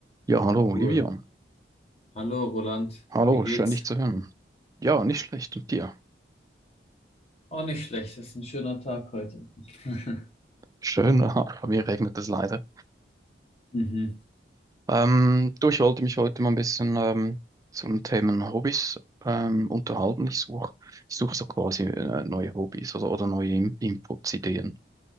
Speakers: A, on the right; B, on the left.
A: Ja, hallo Olivia.
B: Cool. Hallo Roland,
A: Hallo,
B: wie geht's?
A: schön dich zu hören. Ja, nicht schlecht. Und dir?
B: Auch nicht schlecht, ist ein schöner Tag heute. <laughs>
A: Schön, <laughs> aha, bei mir regnet es leider.
B: Mhm.
A: Ähm, du, ich wollte mich heute mal ein bisschen ähm, zum Thema Hobbys ähm, unterhalten. Ich suche ich suche so quasi äh, neue Hobbys oder, oder neue In Inputs, Ideen.